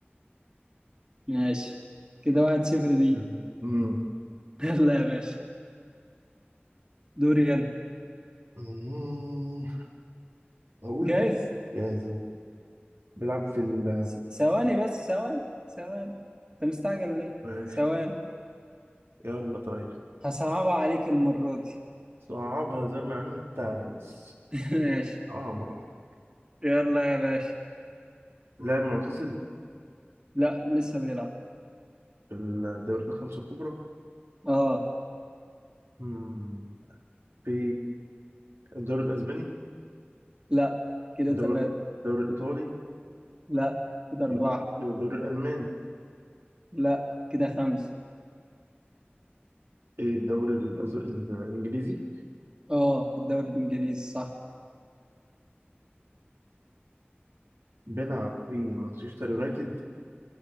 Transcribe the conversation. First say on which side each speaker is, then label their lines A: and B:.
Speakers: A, on the right; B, on the right.
A: <laughs> ماشي كده واحد صفر دي
B: مم. مم.
A: يلا يا باشا دوري انا
B: مم. أقول
A: جاهز
B: جاهز أهو. بيلعب في ال
A: س- ثواني بس ثواني ثواني انت مستعجل ليه
B: ماشي
A: ثواني
B: يلا طيب
A: هصعبها عليك المرة دي
B: صعبها زي ما أنت عايز
A: <laughs> ماشي
B: صعبها براحتك
A: يلا يا باشا
B: لاعب معتزل
A: لا لسه بيلعب
B: في الدوريات الخمسة الكبرى
A: اه
B: مم. في الدوري الأسباني
A: لا كده
B: الدوري
A: ثلاثة
B: الدوري الإيطالي
A: لا كده
B: يبقى
A: أربعة
B: الدوري الألماني
A: لا كده خمسة
B: إيه الدوري الأز- الإنجليزي
A: اه في الدوري الإنجليزي صح
B: بيلعب في مانشستر يونايتد